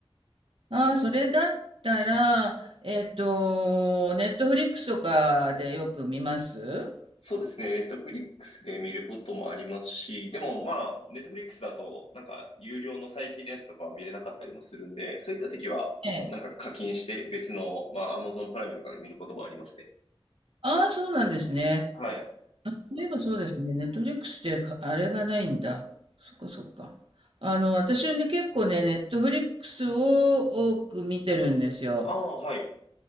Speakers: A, on the right; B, on the left.
A: ああ、それだったら、えっと、ネットフリックスとかでよく見ます
B: そうですね。ネットフリックスで見ることもありますし、でもまあ、ネットフリックスだと、なんか、有料の最近のやつとかは見れなかったりもするんで、そういった時は、
A: ええ。
B: なんか課金して別の、まあ、Amazon プライムとかで見ることもありますね。
A: ああ、そうなんですね。
B: はい。
A: そういえばそうですね。ネットフリックスってか、あれがないんだ。そっかそっか。あの、私ね、結構ね、ネットフリックスを多く見てるんですよ。
B: ああ、はい。